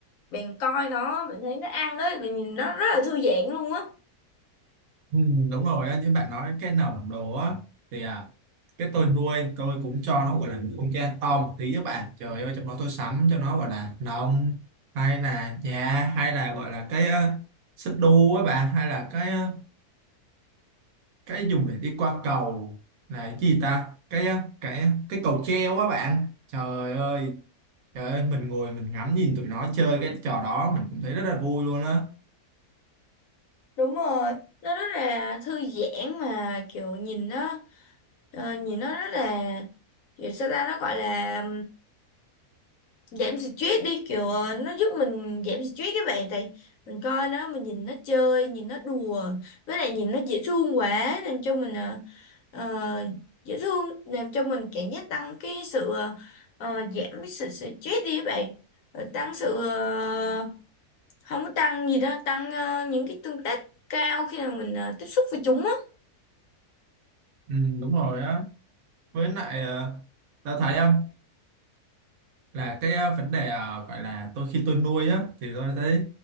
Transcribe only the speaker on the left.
bạn coi nó bạn thấy nó ăn đấy bạn nhìn nó rất là thư giãn luôn á
đúng rồi nó rất là thư giãn mà kiểu nhìn nó ờ, nhìn nó rất là kiểu sao ta nó gọi là giảm stress đi kiểu ờ, nó giúp mình giảm stress các bạn tại mình coi nó mình nhìn nó chơi nhìn nó đùa với lại nhìn nó dễ thương quá làm cho mình ờ, ờ, dễ thương làm cho mình cảm giác tăng cái sự ờ, ờ, giảm cái sự stress đi các bạn Rồi tăng sự ờ, không có tăng gì đó tăng ờ, những cái tương tác cao khi mà mình ờ, tiếp xúc với chúng á